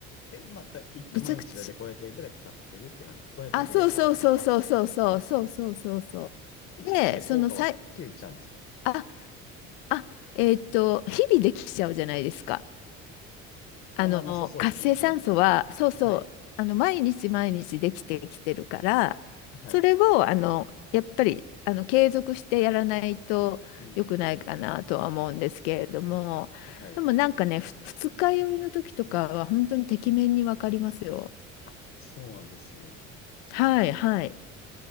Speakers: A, on the left (about 35°); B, on the left (about 60°).
A: ええ、まあ、だ、一回、
B: めちゃくち
A: 毎日だいたい500円ぐらいかかってるって感じ。500円ぐらい払ったら、
B: あ、そうそうそうそうそうそうそうそうそうそう。
A: 1日で効果は切れちゃうんですか
B: で、そのさい、あ、あ、えーっと、日々できちゃうじゃないですか。あの、
A: あ、まあまあ、そうそうですね。
B: 活性酸素は、
A: うん。
B: そうそう、
A: はい。
B: あの、毎日毎日できてきてるから、
A: はい。
B: それを、あの、やっぱり、あの、継続してやらないと良くないかなとは思うんですけれども、
A: うん。はい。
B: でもなんかね、ふ二日酔いの時とかは本当にてきめんにわかりますよ。
A: あ、そうなんですね。
B: はい、はい。